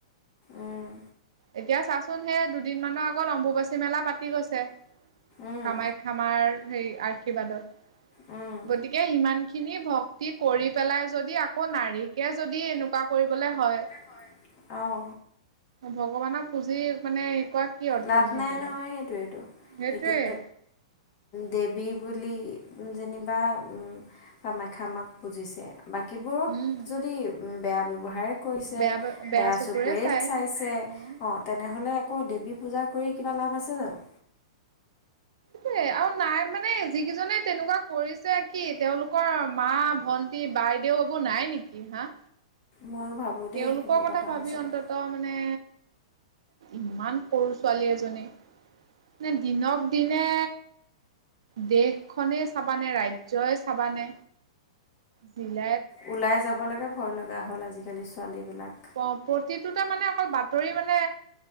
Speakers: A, on the left; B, on the right.
A: উম
B: এতিয়া চাচোন সেই দুদিনমানৰ আগত অম্বুবাচী মেলা পাতি গৈছে।
A: উম
B: কামাখ্যামাৰ সেই আৰ্শীৰ্বাদত।
A: উম।
B: গতিকে সিমানখিনি ভক্তি কৰি পেলাই যদি আকৌ নাৰীকে যদি এনেকুৱা কৰিবলৈ হয়।
A: হয়। অঁ।
B: ভগৱানক পুজি মানে কি অৰ্থটো
A: লাভ
B: থাকিলে,
A: নাই নহয় সেইটোৱেতো
B: সেইটোৱেই।
A: এতিয়া দেৱী বুলি যেনিবা কামাখ্যা মাক পুজিছে। বাকীবোৰক
B: উম
A: যদি বেয়া ব্যৱহাৰে কৰিছে,
B: বেয়া
A: বেয়া চকুৰে
B: চাই
A: চাইছে
B: উম
A: অঁ তেনেহ'লে আকৌ দেৱী পূজা কৰি কিবা লাভ আছে জানো?
B: সেইে আৰু নাই মানে, যিকেইজনে তেনেকুৱা কৰিছে কি তেওঁলোক কৰ মা, ভন্টি, বাইদেউ এইবোৰ নাই নেকি হা
A: ময়ো ভাবোঁ দেই
B: তেওঁলোকৰ
A: সেইবোৰ
B: কথা ভাবি
A: সঁচাকৈ
B: অন্তত ত মানে, ইমান সৰু ছোৱালী এজনী নে দিনক দিনে দেশখনেই চাবানে, ৰাজ্য়ই চাবানে জিল
A: ওলাই যাব লাগে ভয় লগা হ'ল আজিকালি ছোৱালীবিলাক।
B: অ', প্ৰতিটোতে মানে অকল বাতৰি মানে